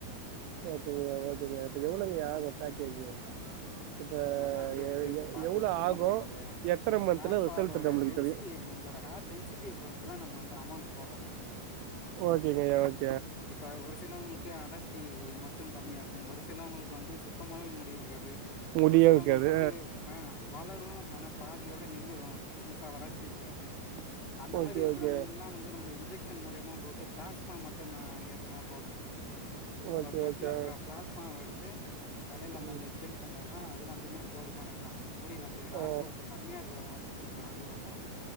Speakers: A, on the right; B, on the left.
A: ஓ சரி ஓகேங்க இப்ப எவ்வளோங்க ஆகும் பேக்கேஜ் இப்ப
B: அதாவது
A: எ
B: வந்து இப்ப
A: எ-
B: பாத்துக்கிட்டீங்கன்னா
A: எவ்வளோ ஆகும்
B: உங்களோட
A: எத்தனை மந்த்ல
B: ஹேர் ஃபாலோட
A: ரிசல்ட் நம்மளுக்கு
B: டென்சிட்டி
A: தெரியும்
B: உங்களோட ஹேர் டென்சிட்டிய பொறுத்து தா நம்ம வந்து அமௌண்ட் போடுறது
A: ஓ கே கையா ஓக்
B: இப்ப ஒரு சிலவங்களுக்கு க்கு அடர்த்தி மட்டு கம்மியா இருக்கு ஒரு சிலவ்ங்களுக்கு வந்து சுத்தமாவே முடி இருக்காது
A: முடியே
B: ஒரு சிலவ்ங்களுக்கு
A: இருக்காது
B: வந்து ஆஹ் வளரு ஆனா பாதியோட நின்னுரு முழுசா வளர்ச்சி இருக்காது அந்த
A: ஓகே
B: மாரி இருக்கிறவ்ங்கல்லா
A: ஓகே
B: வந்து நம்ப இன்ஜெக்ஷன் மூலியமா போட்டு பிளாஸ்மா மட் ஆஹ் ஏத்துனா போது நம்ம
A: ஓகே
B: பிளட்ல
A: ஓகே
B: இருக்கிற பிளாஸ்மாவ எடுத்து தலைல
A: ம்
B: நம்ம இன்ஜெக்ட் பண்ணோனா அது மட்டுமே போதுமானதுதா முடி வந்து ஹார்
A: ஆ
B: குரோத்து கம்மியா இருக்கிறவ்ங்க எனக்கு ஹேர் க்ரோத் ஆவனு